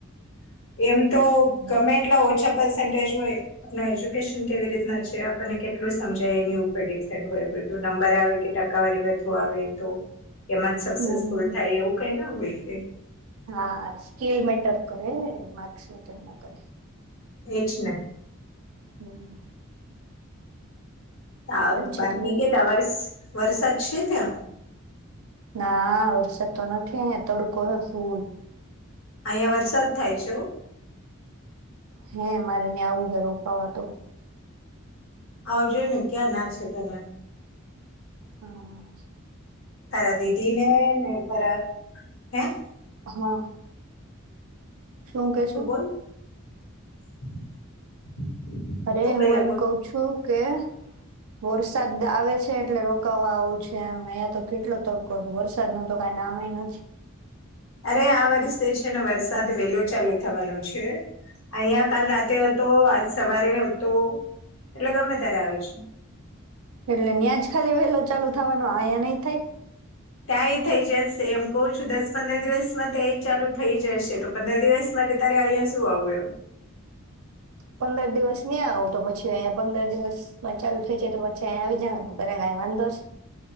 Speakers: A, on the left (about 65°); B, on the right (about 85°).
A: એમ તો ગમે એટલા ઓછા પર્સન્ટેજ હોય, આપને એજ્યુકેશન કેવી રીતના છે, આપણને કેટલું સમજાય એની ઉપર ડિપેન્ડ હોય બધું, નંબર આવે કે ટકાવારી વધુ આવે તો એમાં જ સક્સેસફુલ
B: હમ
A: થાય એવું કંઈ ના હોય. <unintelligible>
B: હા, સ્કીલ મેટર કરે ને? માર્કસ મેટર ન કરે.
A: એજ ને.
B: હમ્મ.
A: સારું,
B: છે
A: બાકી
B: તમારે
A: કે <unintelligible> વરસાદ છે ત્યાં?
B: ના, વરસાદ તો નથી, અઈંયા તડકો હે ફુલ.
A: અઈંયા વરસાદ થાય છે હોં.
B: હેં મારે ન્યાં આવું હે રોકાવા તો.
A: આવજે ને, ક્યાં ના છે તને.
B: હાશ.
A: તારા દીદીને ને તારા હેં?
B: હાં. શું કેશું?
A: તું બોલ <inaudible>
B: અરે
A: તું
B: હું
A: પેલા
B: એમ
A: બોલ
B: કઉ છું કે વરસાદ આવે છે એટલે રોકાવા આવું છે એમ, અઈંયા તો કેટલો તડકો હ, વરસાદનું તો કાંઈ નામે ય નથી.
A: અરે આ વર્ષે છે ને વરસાદ વેલો ચાલુ થવાનો છે, અઈંયા કાલ રાતે અતો, આજ સવારે હતો, એટલે ગમે તારે આવે છે.
B: એટલે ન્યાંજ ખાલી વેલો ચાલુ થવાનો? આઈંયા નઈ થાય?
A: ત્યાંય થઈ જશે. તો એમ કવ છું દસ પંદર દિવસમાં તો એય ચાલુ થઈ જશે, તો પંદર દિવસ માટે તારે આઈંયા શું આવવું એમ.
B: પંદર દિવસ નહી આવો તો પછી અહીયા પંદર દિવસમાં ચાલુ થઈ જાય તો પછી અહીયા આવી જવા કરે વાંધો છે